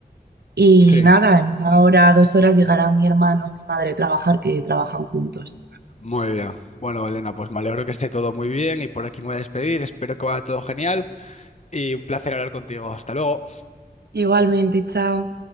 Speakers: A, on the right; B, on the left.
A: Y
B: sí,
A: nada, en una hora, dos horas llegará mi hermano y mi madre a trabajar, que trabajan juntos.
B: muy bien. Bueno, Elena, pues me alegro que esté todo muy bien y por aquí me voy a despedir. Espero que vaya todo genial y un placer hablar contigo. Hasta luego.
A: Igualmente, chao.